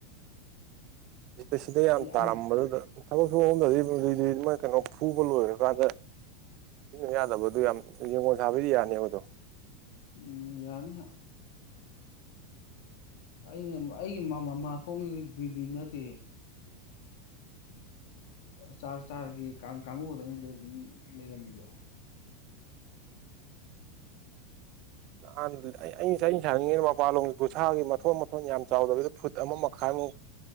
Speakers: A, on the right; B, on the left.
A: ꯁꯤꯗ ꯁꯤꯗ ꯌꯥꯝ
B: ꯑꯩ
A: ꯇꯥꯔꯝꯕꯗꯨꯗ
B: ꯑꯃ
A: ꯊꯕꯛ ꯁꯨ ꯐꯝꯗꯗꯤ ꯗꯨꯢ ꯗꯨꯢ ꯃꯥꯢ ꯀꯩꯅꯣ ꯐꯨꯕ ꯂꯣꯏꯔꯀꯥꯟꯗ ꯁꯤꯖꯤꯟꯅꯕ ꯌꯥꯗꯕꯗꯨ ꯌꯥꯝ ꯌꯦꯡꯒꯣꯟ ꯁꯕꯩꯗꯤ ꯌꯥꯅꯦꯕ ꯑꯗꯨ
B: ꯎꯝ ꯌꯥꯅꯤ ꯑꯩꯅ ꯑꯩꯒꯤ ꯃꯃꯥꯈꯣꯡ ꯑꯗꯨ ꯗꯨꯢ ꯗꯨꯢ ꯅꯠꯇꯦ ꯆꯥꯔ ꯆꯥꯔꯒ ꯀꯥꯡꯉꯨ ꯈꯛꯇꯅꯤ ꯂꯩꯔꯝꯃꯤꯗꯣ
A: ꯅꯥꯍꯟꯒꯤꯗꯨꯗꯤ ꯑꯩꯪ <unintelligible> <unintelligible> ꯃꯄꯥꯜꯂꯣꯝꯒꯤ ꯈꯨꯁꯥꯒꯤ ꯃꯊꯣꯟ ꯃꯊꯣꯟ ꯌꯥꯝ ꯆꯥꯎꯗꯕꯤꯗ ꯐꯨꯠ ꯑꯃ ꯃꯈꯥꯏꯃꯨꯛ